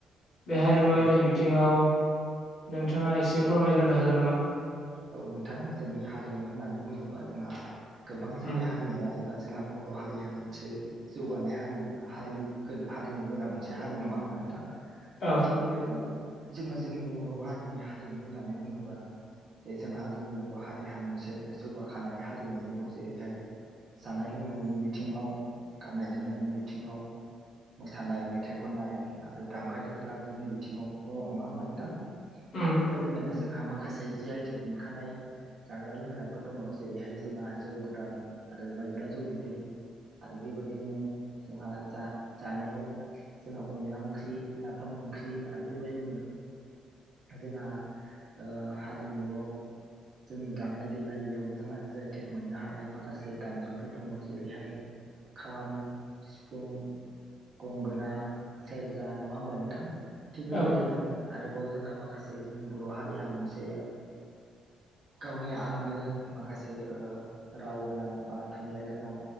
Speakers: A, on the left; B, on the right.
A: बे हारिमु
B: औ
A: आयदानि
B: नोंथां
A: बिथिं थिङाव नोंथाङा एसे फोरमायग्रोनो हागोन नामा?
B: औ नोंथां जोंनि हारिमु होननानै बुङोबा जोंहा गोबां जोंनि
A: उम
B: हारिमुआव ओ जोंहा बर' हारिया मोनसे जौगानाय हारि हारि हारिमु गोनां मोनसे हारि नङा होमबा नोंथां?
A: औ
B: थिग बेबायदिनो जोङो जोंनि बर' हारिनि हारिमु होननानै बुङोब्ला जे जोंहा जोंनि बर' हारिहा मोनसे जौगाखानाय हारिमु दङ जेरैहाय जानाय लोंनायनि बिथिङाव गाननाय जोमनायनि बिथिङाव। मोसानाय मेथाइ खननाय आरो दामग्रा देग्रा आगजुनि बिथिङाव दङ नङा होमबा नोंथां?
A: उम
B: थिग बेबायदिनो जोंहा माखासे जि आइ टेक मोनखानाय जाग्रा लोंग्राफोर दङ जेरैहाय जोंहा जौ गोरान आरो माइब्रा जौ बिदै आरो बेबायदिनो जोंहा जा जानायाव जोंहा अनला ओंख्रि नाफाम ओंख्रि आरो बेबायदिनो जोंहा ओ हारिमुआव जोंनि दामनाय देनाय बेयावबो जोंहा जि आइ टेक मोननो हानाय माखासे दामजुफोर दङ जेरैहाय खाम सिफुं गंगोना सेरजा नङा होमबा नोंथां? थिग
A: औ
B: बेबायदिनो आरोबाव जोंहा माखासे जोंनि बर' हारिहा मोनसे नि आंगो माखासे ओ राव गोनां बा थुनलाइ गोनां।